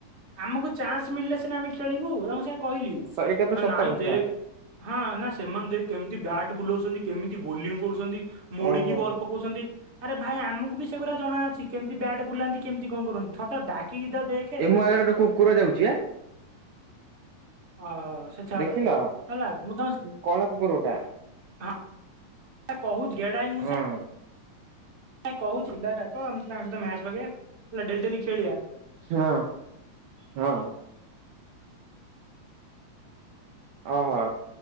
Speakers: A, on the right; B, on the right.
A: ଆମକୁ ଚାନ୍ସ ମିଳିଲେ ସିନା ଆମେ ଖେଳିବୁ ତାଙ୍କୁ ସେ କହିଲି
B: ସେଇଟା ବି
A: ନା
B: ସତ
A: ନାଇଁ
B: କଥା
A: ଦେଖ ହଁ ନା ସେମାନେ ଦେ କେମିତି ବ୍ୟାଟ୍ ବୁଲଉଛନ୍ତି କେମିତି ବୋଲିଂ କରୁଛନ୍ତି ମୋଡ଼ିକି
B: ଓହୋ
A: ବଲ୍ ପକାଉଛନ୍ତି ଭାଇ ଆମକୁ ବି ସେଗୁଡ଼ା ଜଣା ଅଛି କେମିତି ବ୍ୟାଡ୍ ବୁଲାନ୍ତି କେମିତି କଣ କରନ୍ତି ଥରେ ତ ଡାକିକି ତ ଦେଖେ
B: ଏ ମୋ ଆଗରେ ଗୋଟେ କୁକୁର ଯାଉଛି ଆ।
A: ଓହୋ ସେ ଛାଡ
B: ଦେଖିଲ
A: ହେଲା ମୁଁ ତମ ସେ
B: କଳା କୁକୁରଟା
A: ହଁ କହୁଛି ଘେଡ଼ାଇ ମୁଁ
B: ହଁ
A: ସା ନା କହୁଛିଟାକ ଏମିତି ତାଙ୍କ ସହିତ ମ୍ୟାଚ ପକେଇବା ଡେଲି ଡେଲି ଖେଲିଆ
B: ଶୁନ ହଁ ଅ ହଁ